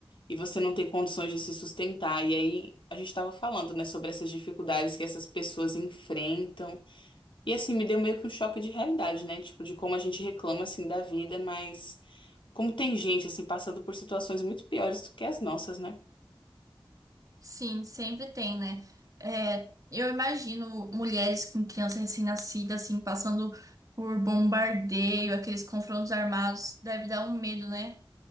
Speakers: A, on the left (about 70°); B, on the right (about 40°).
A: E você não tem condições de se sustentar. E aí a gente estava falando, né, sobre essas dificuldades que essas pessoas enfrentam. E assim me deu meio que um choque de realidade, né? Tipo, de como a gente reclama assim da vida, mas como tem gente assim passando por situações muito piores do que as nossas, né?
B: Sim, sempre tem, né? É, eu imagino mulheres com criança recém-nascida, assim, passando por bombardeio, aqueles confrontos armados, deve dar um medo, né?